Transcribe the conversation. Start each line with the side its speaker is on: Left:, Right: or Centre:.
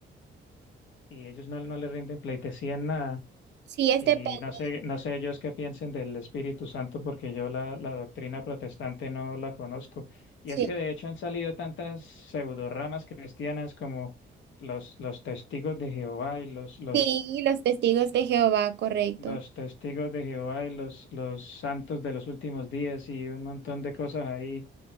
Left: y ellos no, no le rinden pleitesía en nada.
Right: Sí, es
Left: Y
Right: depende.
Left: no sé, no sé ellos qué piensen del Espíritu Santo porque yo la, la doctrina protestante no la conozco. Y
Right: Sí,
Left: es que de hecho han salido tantas pseudoramas cristianas como los, los testigos de Jehová y los, los,
Right: sí, los testigos de Jehová, correcto.
Left: los testigos de Jehová y los, los santos de los últimos días y un montón de cosas ahí